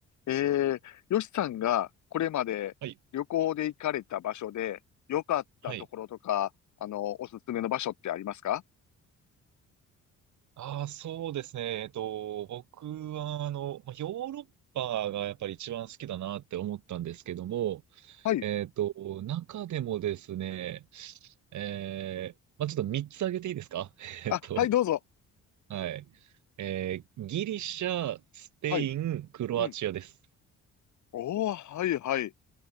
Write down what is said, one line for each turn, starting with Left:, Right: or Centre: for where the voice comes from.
Left: ええよしさんがこれまで旅行で行かれた場所で良かったところとか、
Right: はい。はい。
Left: あの、おすすめの場所ってありますか
Right: ああ、そうですね。えっと、僕は、あの、まあヨーロッパがやっぱり一番好きだなって思ったんですけども、
Left: はい。
Right: えっと、中でもですね、えー、まあ、ちょっと3つ挙げていいですか <laughs> えっと、
Left: あ、はい、どうぞ。
Right: はい。えー、ギリシャ、スペイン、
Left: はい。
Right: クロアチアです。
Left: うん。おー、はい、はい。